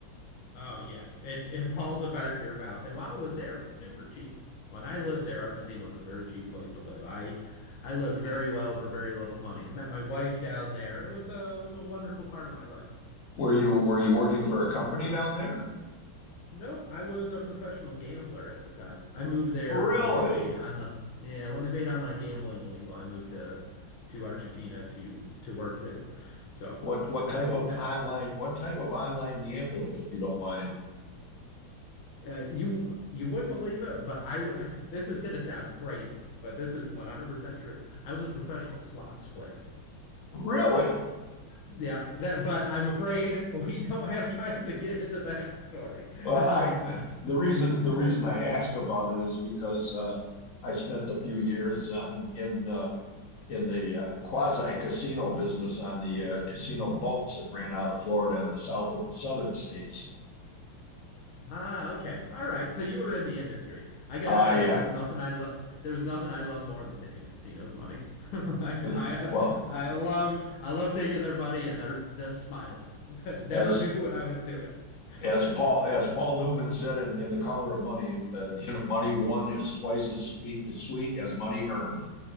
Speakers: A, on the left; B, on the left.
A: Oh yes, it it falls apart in your mouth. And while I was there, it was super cheap. When I lived there, Argentina was a very cheap place to live. I I lived very well for very little money. I met my wife down there. It was a it was a wonderful part of my life.
B: Were you were you working for a company down there?
A: Nope, I was a professional gambler at the time. I moved there
B: Really?
A: when they made online, yeah, when they made online gambling illegal. I moved to to Argentina to to work there. So
B: What what
A: that's
B: type
A: what
B: of
A: that
B: online what type of online gambling, if you don't mind?
A: uh, you you wouldn't believe it, but I w <laughs> this is gonna sound crazy, but this is 100% true. I was a professional slots player.
B: Really?
A: Yeah, that, but I'm afraid <laughs> we don't have time to get into that story.
B: Well,
A: Um,
B: I <laughs> the reason
A: <laughs>
B: the reason I ask about it is because uh, I spent a few years on in uh, in the uh, quasi casino business on the uh, casino boats that ran out of Florida and the southern southern states.
A: Ah, okay. All right. So you were in the industry. I gotta
B: Ah,
A: tell
B: uh, yeah.
A: you, there's nothing I love. There was nothing I love more than taking a casino's money. <laughs> I,
B: <laughs>
A: I,
B: Well,
A: I loved, I loved taking their money and they're just smiling. <laughs> Never
B: as
A: knew what I was doing.
B: as
A: <laughs>
B: Paul as Paul Newman said in, in The Color of Money, uh, you know, money won is twice as sweet as, sweet as money earned.